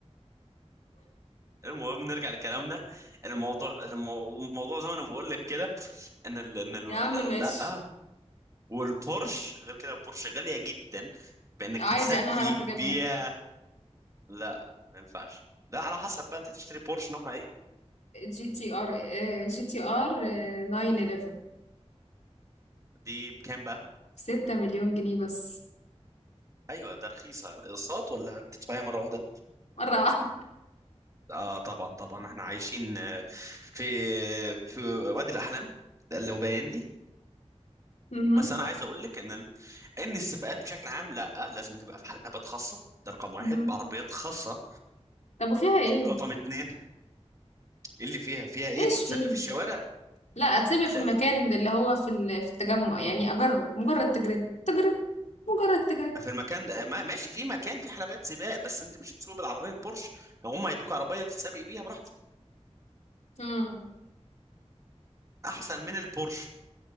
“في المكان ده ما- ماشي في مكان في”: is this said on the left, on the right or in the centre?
Right